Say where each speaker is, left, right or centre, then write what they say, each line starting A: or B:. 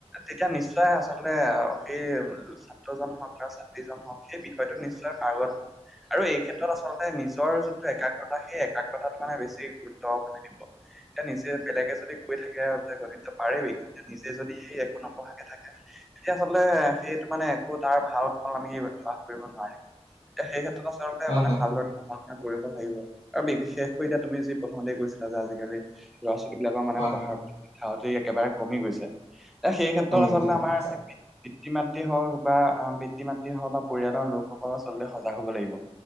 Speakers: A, in the centre; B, on the left.
A: তেতিয়া নিশ্চয় আচলতে সেই ছাত্ৰ জন হওঁক বা ছাত্ৰীজন হওঁক এই বিষয়টো নিশ্চয় পাৰ্গত হব। আৰু এই ক্ষেত্ৰত আচলতে নিজৰ যিটো একাগ্ৰতা সেই একাগ্ৰতাতো মানে বেছি গুৰুত্ব হ'ব মানে।
B: <inaudible>
A: দিব এতিয়া নিজে বেলেগে যদি কৈ থাকে যে গণিত পাৰাবি, কিন্তু নিজে যদি সি একো নপ়ঢ়াকে থাকে তেতিয়া হ'লে সেইটো মানে একো তাৰ ভাল ফল আমি লাভ কৰিব নোৱাৰিম। তে সেই ক্ষেত্ৰত আছে আৰু
B: হয়
A: মানে
B: হয়
A: ভালদৰে পঢ়া শুনা কৰিব লাগিব, আৰু বিশেষ কৈ এতিয়া তুমি যি প্ৰথমতে কৈছিলা যে আজিকালি ল'ৰা ছোৱালীবলাকৰ মানে
B: হয়
A: পঢ়াৰ প্ৰতি ঢাউটি একেবাৰে কমি গৈছে। এ সেই ক্ষেত্ৰত
B: কমি
A: আচলতে
B: গৈছে হয়
A: আমাৰ পিতৃ মাতৃ হওঁক বা আম পিতৃ মাতৃ হওঁক বা পৰিয়ালৰ লোকসকলৰ আচলতে সজাগ হ'ব লাগিব।